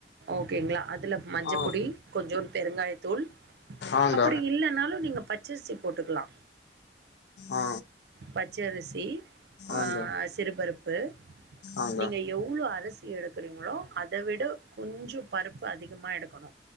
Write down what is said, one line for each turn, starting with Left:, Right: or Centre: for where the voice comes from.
Right: ஓகேங்ளா அதுல மஞ்சப்பொடி
Left: ஆ
Right: கொஞ்சோ பெருங்காய தூள்
Left: ஆங்க
Right: அப்படி இல்லன்னாலு நீங்க பச்சரிசி போட்டுக்கலா
Left: ஆ
Right: பச்சரிசி ஆ
Left: ஆங்க
Right: சிறுபருப்பு
Left: ஆங்க
Right: நீங்க எவ்ளோ அரிசி எடுக்கறீங்ளோ அத விட கொஞ்சோ பருப்பு அதிகமா எடுக்கணு